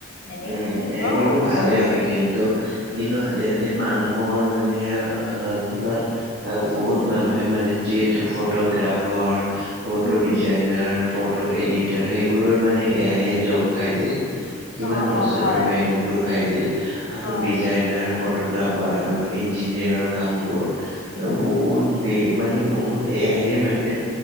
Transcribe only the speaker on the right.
উম,
সেইবোৰতো
ভালে
কিন্তু, কিন্তু আজিকালি মানুহৰ মানে তোমাৰ- এ বহুত মানুহে মানে, যিহেতু photographer- photo
designer
photo editor সেইবোৰৰ মানে এ আইয়ে জব খাই দিল। কিমান
বছৰৰ
মেহনতবোৰ খাই দিল আৰু
ডিজাইনাৰ ফট- টোগ্ৰাফাৰ আৰু ইঞ্জিনিয়াৰৰ কামবোৰ
বহুত-
তেই মানে বহুত এ আইয়ে মানে-